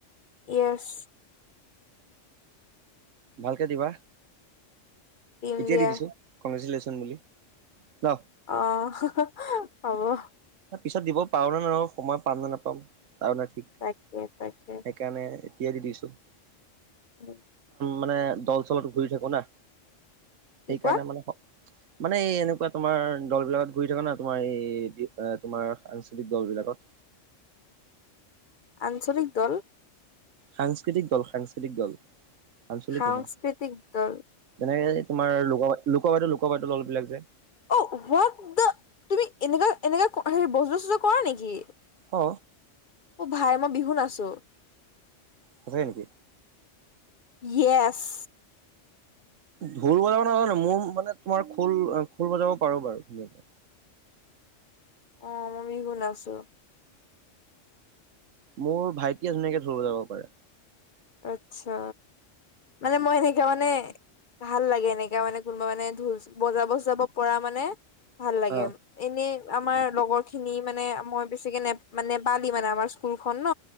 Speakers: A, on the left; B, on the right.
A: য়েচ।
B: ভালকে দিবা
A: দিম
B: এতিয়া
A: দিয়া
B: দি দিছোঁ কংগ্ৰেছুলেশ্যন বুলি। ন
A: অ' হব।
B: পিছত দিব পাৰো নে নোৱাৰো সময় পাম নে নাপাম তাৰো নাই ঠিক সেইকাৰণে।
A: তাকে তাকে
B: এতিয়া দি দিছোঁ।
A: উম।
B: মানে দল চলত ঘূৰি থাকো না
A: কি
B: সেইকাৰণে
A: কোৱা
B: মানে মানে এই এনেকুৱা তোমাৰ দল বিলাকত ঘূৰি থকা না তোমাৰ এই। এ তোমাৰ আঞ্চলিক দলবিলাকত
A: আঞ্চলিক দল।
B: সাংস্কৃতিক, দল সাংস্কৃতিক দল। আঞ্চলিক
A: সাংস্কৃতিক
B: নহয়
A: দল
B: তেনেকে তোমাৰ ল লোক বাইদেউ লোক বাইদউ অলপবিলাক যে।
A: অঁ হোৱাদ দা তুমি, এনেকা এনেকা হে ব বজোৱা চজোৱা কৰা নেকি
B: অ
A: অঁ ভাই মই বিহু নাছো।
B: সচাঁকৈ নেকি।
A: য়েচ্।
B: ঢোল বজাব নহয়, নয় মোৰ মানে তোমাৰ খোল খোল বজাব পাৰো, বাৰু ধুনীয়াকে
A: অঁ মমি শুনা আছো।
B: মোৰ ভাইটিয়ে ধুনীয়াকে ধোল বযাব পাৰে।
A: আত্ছা মানে মই সেইটোকাৰণে মানে। ভাল লাগে এনেকা মানে কোনোবা মানে ঢোল বজা বজাব পৰা মানে ভাল লাগে,
B: অ
A: এনে আমাৰ লগৰ খিনি মানে মই বেছিকে নে মানে পালি মানে আমাৰ স্কুল খন ন